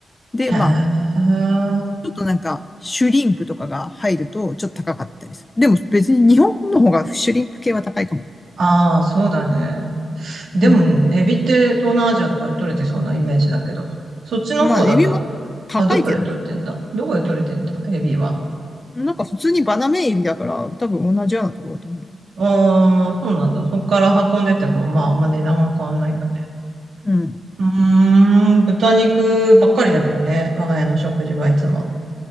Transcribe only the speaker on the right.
へえ。
ああ、そうだね。でも、
エビって東南アジアとかで取れてそうなイメージだけど。そっちの方だと、
あ、どこで取れてんだどこで取れてんだエビは。
ああ、そうなんだ。そこから運んでても、まあ、あんま値段は変わんないんだね。
うーん、豚肉ばっかりだけどね、我が家の食事はいつも。